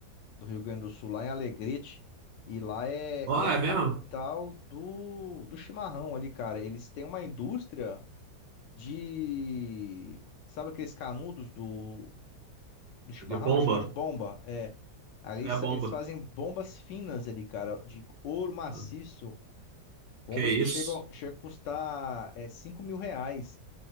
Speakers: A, on the left (about 80°); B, on the right (about 75°).
A: do Rio Grande do Sul, lá em Alegrete. E lá é,
B: Ó,
A: é a
B: é
A: capital
B: mesmo?
A: do, do chimarrão ali, cara. Eles têm uma indústria de... Sabe aqueles canudos do do chimarrão,
B: De bomba?
A: eles chamam de bomba. É, ali
B: É
A: eles
B: a bomba.
A: eles fazem bombas finas ali, cara, de ouro maciço.
B: Ah,
A: Bombas
B: Que
A: que
B: isso?
A: chegam, chegam a custar é, 5 mil reais,